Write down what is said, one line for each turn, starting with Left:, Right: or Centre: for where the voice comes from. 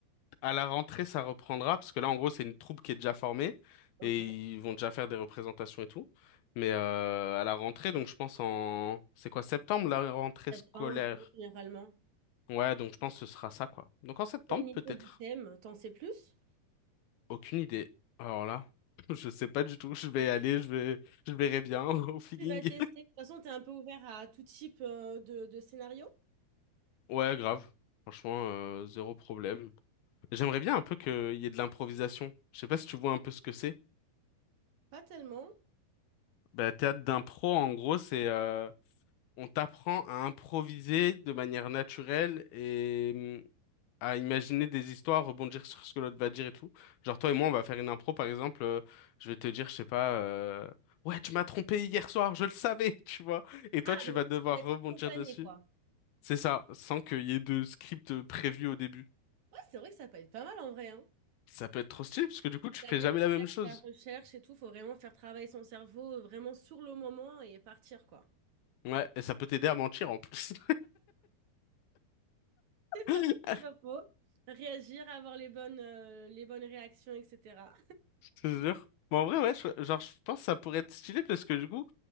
Left: à la rentrée ça reprendra parce que là en gros c'est une troupe qui est déjà formée
Right: Ok.
Left: et ils vont déjà faire des représentations et tout. Mais euh, à la rentrée donc je pense en c'est quoi septembre la rentrée
Right: Septembre,
Left: scolaire?
Right: généralement.
Left: Ouais, donc je pense que ce sera ça, quoi. Donc en septembre,
Right: Au niveau
Left: peut-être.
Right: du thème, t'en sais plus?
Left: Aucune idée. Alors là, <laughs> je sais pas du tout. Je vais aller, je vais, je verrai bien <laughs> au feeling.
Right: Tu vas tester. De toute façon, t'es un peu ouvert à tout type euh, de, de scénario?
Left: Ouais, grave. Franchement, euh, zéro problème. J'aimerais bien un peu qu'il y ait de l'improvisation. Je sais pas si tu vois un peu ce que c'est.
Right: Pas tellement.
Left: Bah, théâtre d'impro, en gros, c'est euh, on t'apprend à improviser de manière naturelle et hum, à imaginer des histoires, rebondir sur ce que l'autre va dire et tout. Genre toi et moi, on va faire une impro, par exemple, euh, je vais te dire, je sais pas, euh, ouais, tu m'as trompé hier soir, je le savais, <laughs> tu vois. Et toi,
Right: Ah,
Left: tu
Right: donc
Left: vas
Right: tout
Left: devoir
Right: ce qui va être
Left: rebondir
Right: spontané,
Left: dessus.
Right: quoi.
Left: C'est ça, sans qu'il y ait de script prévu au début.
Right: Ouais, c'est vrai que ça peut être pas mal en vrai, hein.
Left: Ça peut être trop stylé, parce que du coup, tu
Right: La
Left: fais
Right: découverte,
Left: jamais la même chose.
Right: la recherche et tout, faut vraiment faire travailler son cerveau euh, vraiment sur le moment et partir, quoi.
Left: Ouais, et ça peut t'aider à mentir en plus. <laughs>
Right: C'est pas
Left: Je
Right: faux, c'est pas faux. Réagir, avoir les bonnes, euh, les bonnes réactions, etc.
Left: te jure. Mais en vrai, ouais, je- genre, je pense que ça pourrait être stylé parce que du coup,